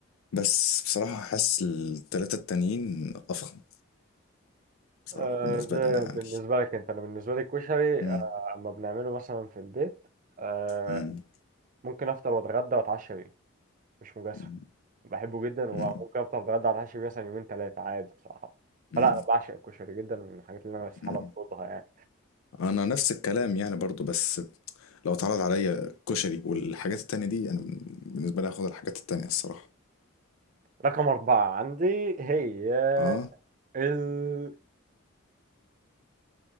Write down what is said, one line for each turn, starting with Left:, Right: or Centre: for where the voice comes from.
Left: بس بصراحة حاسس التلاتة التانيين افخم بصراحة
Right: آه،
Left: بالنسبة
Right: ده
Left: لي انا
Right: بالنسبة
Left: يعني
Right: لك انت انا بالنسبة لي الكشري
Left: إمم،
Right: آه، اما بنعمله مثلا في البيت آه،
Left: إمم،
Right: ممكن افطر واتغدى واتعشى بيه مش مجازفة
Left: إمم،
Right: بحبه جدا وممكن
Left: إمم،
Right: افطر اتغدى واتعشى بيه مثلا يومين ثلاثة عادي بصراحة فلا
Left: إمم،
Right: انا بعشق الكشري جدا ومن الحاجات اللي انا استحالة
Left: إمم.
Right: اطردها يعني
Left: أنا نفس الكلام يعني برضه، بس لو اتعرض عليّا كشري والحاجات التانية دي، أنا ب بالنسبة لي هاخد الحاجات التانية الصراحة.
Right: رقم أربعة عندي هي
Left: آه،
Right: الكبدة